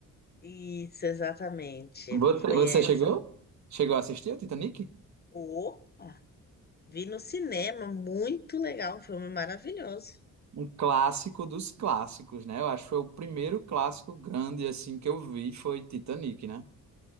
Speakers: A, on the left; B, on the right.
A: Isso, exatamente.
B: Você,
A: Foi
B: você
A: essa.
B: chegou? Chegou a assistir o Titanic?
A: Opa! Vi no cinema. Muito legal. Um filme maravilhoso.
B: Um clássico dos clássicos, né? Eu acho que foi o primeiro clássico grande assim que eu vi foi Titanic, né?